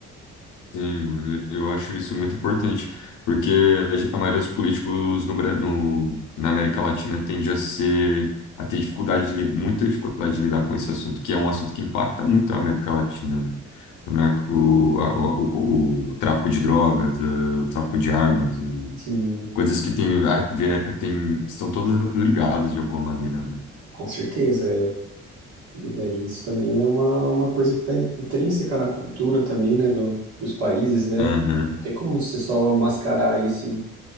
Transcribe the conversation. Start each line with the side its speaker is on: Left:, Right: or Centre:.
Left: Sim, mano, eu acho isso muito importante, porque a ge- a maioria dos políticos no, Bra- no- na América Latina tende a ser, a ter dificuldade de, li- muita dificuldade de lidar com esse assunto, que é um assunto que impacta muito a América Latina, né? O, narco- o, a- o- o- o tráfico de drogas, eh, o tráfico de armas, e
Right: Sim,
Left: coisas que tem, a ver- tem, estão todas ligadas de alguma maneira, né?
Right: com certeza, é. E daí isso também é uma, uma coisa que está intrínseca na cultura também, né, do, dos países, né?
Left: Aham,
Right: Tipo, não tem como você só mascarar isso e